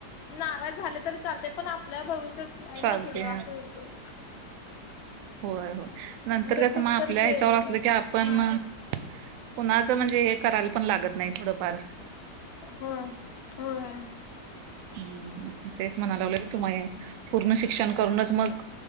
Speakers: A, on the left (about 55°); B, on the right (about 75°).
A: नारांज झाले तरी चालते पणं आपल्या भविष्यांत आहे
B: चालते
A: नां पुढं असं होतंय
B: होयं होयं नंतर
A: ते
B: कसं
A: कुठ
B: मंग आपल्या
A: तर गेले
B: ह्यांच्यावर असलं की आपणं
A: हा
B: कुणाचं म्हणजे हे करांयला पणं लागतं नाहीं थोडंफारं
A: होयं होयं
B: हम्मं तेचं म्हणांलागलं तुम्हां ही पूर्ण शिक्षणं करूंनचं मंग